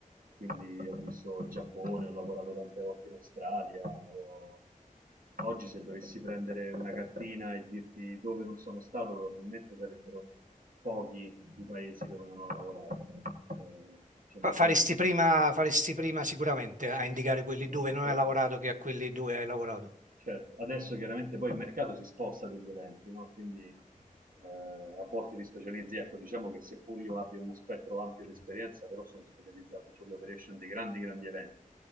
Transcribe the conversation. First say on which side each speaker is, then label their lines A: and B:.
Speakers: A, on the right; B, on the right.
A: Quindi ho visto il Giappone, ho lavorato tante volte in Australia. ho- Oggi se dovessi prendere una cartina e dirti dove non sono stato, probabilmente sarebbero pochi i paesi dove non ho lavorato. Eh, diciamo,
B: Fa-
A: in
B: Faresti
A: tre-
B: prima, faresti prima sicuramente a indicare
A: Sì.
B: quelli dove non
A: Però-
B: hai lavorato che a quelli dove hai lavorato.
A: Certo, adesso chiaramente poi il mercato si sposta degli eventi, no? Quindi eh, a volte ti specializzi, ecco, diciamo che seppur io abbia uno spettro ampio di esperienza, però sono specializzato sulle operation dei grandi, grandi eventi.